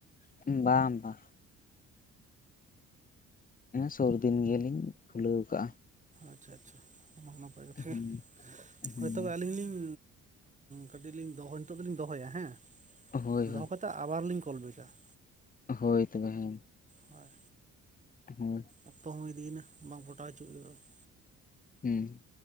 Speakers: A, on the left; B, on the right.
A: ᱵᱟᱝ ᱵᱟᱝ ᱥᱩᱨ ᱫᱤᱱ ᱜᱮᱞᱤᱧ ᱠᱷᱩᱞᱟᱹᱣ ᱟᱠᱟᱜᱼᱟ ᱾
B: ᱟᱪᱪᱷᱟ ᱟᱪᱪᱷᱟ ᱚᱱᱟ ᱱᱟᱯᱟᱭ ᱠᱟᱛᱷᱟ
A: ᱦᱩᱸ
B: ᱜᱮ
A: ᱦᱩᱸ
B: ᱦᱳᱭ ᱛᱚᱵᱮ ᱟᱹᱞᱤᱧ ᱞᱤᱧ ᱠᱟᱹᱴᱤᱡ ᱞᱤᱧ ᱫᱚᱦᱚ ᱱᱤᱛᱚᱜ ᱫᱚᱞᱤᱧ ᱫᱚᱦᱚᱭᱟ ᱦᱮᱸ
A: ᱦᱳᱭ
B: ᱫᱚᱦᱚ
A: ᱦᱳᱭ
B: ᱠᱟᱛᱮ ᱟᱵᱟᱨ ᱞᱤᱧ ᱠᱚᱞᱵᱮᱠᱟ ᱾
A: ᱦᱚᱭ ᱛᱚᱵᱮ ᱦᱮᱸ ᱾
B: ᱦᱳᱭ
A: <unintelligible>
B: ᱚᱠᱛᱚ ᱦᱚᱸ ᱤᱫᱤᱭᱮᱱᱟ ᱵᱟᱝ ᱯᱷᱚᱴᱟᱣ ᱦᱚᱪᱚᱜ ᱦᱩᱭᱩᱜᱚ ᱾
A: ᱦᱩᱸ